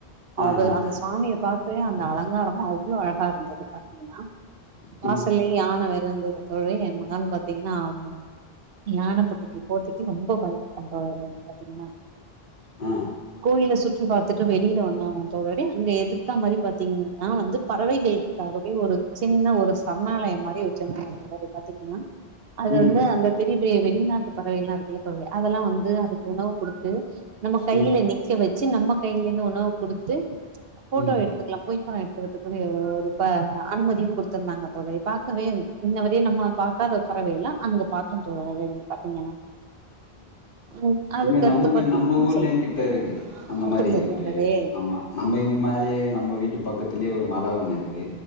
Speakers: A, on the right (about 70°); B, on the left (about 55°).
A: அவ
B: ஆ ஆ
A: அந்த
B: ஆ
A: சுவாமியை பாக்கவே அந்த அலங்காரமு அவ்ள அழகா இருந்துது பாத்திங்கனா வாசல்லயே
B: ம்
A: யான வேற இருந்துது தோழரே என் மகன் பாத்திங்னா அவ யான பக்கத்துல போறதுக்கே ரொம்ப பயப்பட்ட தோழரே வந்து பாத்திங்கனா
B: அ
A: கோவில சுற்றி பாத்துட்டு வெளில வந்தோ தோழரே அங்க எதுத்தா மாரி பாத்திங்க னா வந்து பறவைகள் காகவே ஒரு சின்ன ஒரு சரணாலயம் மாரி வெச்சிருந்தாங்க தோழரே பாத்திங்னா அது
B: ம்
A: வந்து அந்த தெரி து வெளிநாட்டு பறவைகள்ல்லா இருக்குல்ல தோழரே அதெல்லா வந்து அதுக்கு உணவு குடுத்து நம்ம கைல
B: ம்
A: நி வெச்சு நம்ம கைல இருந்து உணவு குடுத்து ஃபோட்டோ
B: ம்
A: எடுத்துக்கலா போய் பா ஒரு ஒரு பா அனுமதியு குடுத் ருந்தாங்க தோழரே பாக்கவே இன்னவரையு நம்ம பாக்காத பறவையெல்லா அங்க பாத்தோ தோழரே வந்து பாத்திங்கனா ம் அதுக்கடுத்து
B: இங்க நமக்கு
A: பாத்திங்னா
B: நம்ம ஊர்லயு
A: சொல்லுங்க
B: கிட்ட இருக்கு அந்த
A: அப்படியா
B: மாரி ஒரு
A: தோழரே
B: ஆமா நம்ம இங்க மேலயே நம்ம வீட்டு பக்கத்துலயே ஒரு மல ஒண்ணு இருக்கு